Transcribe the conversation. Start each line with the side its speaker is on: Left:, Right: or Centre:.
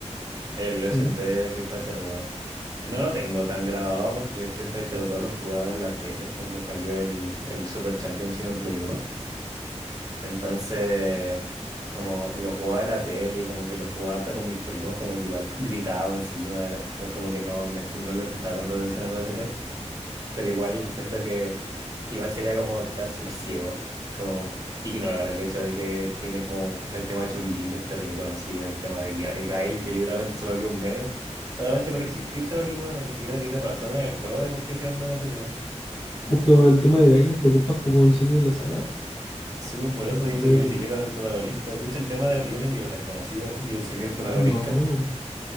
Right: El OST
Left: ¿Mm?
Right: del Street Fighter dos No lo tengo tan grabado porque el Street Fighter dos lo jugaba en la tele cuando salió el, el Super Championship en Play uno Entonces, como lo jugaba en la tele y como que lo jugaba harta con mis primos, como que igual gritaba encima de las cosas, como que no le, no le prestaba tanta atención al OST. Pero igual siento que igual sería como estar súper ciego, como ignorar el hecho de que tiene como el tema de Chun-Li, que es terrible conocido, el tema de Gia- Gael, que literalmente se volvió un meme. Solamente por existir se volvió un meme, ni siquiera tiene razones en el juego de por qué sea un meme ese tema.
Left: es como el tema de Gail, este punto es como insignia de la saga.
Right: Sí, pues, por eso, y
Left: De
Right: eso que
Left: verdad.
Right: ni siquiera es el protagonista. De hecho, el tema de Ryu ni siquiera está conocido, y eso que es el protagonista.
Left: No,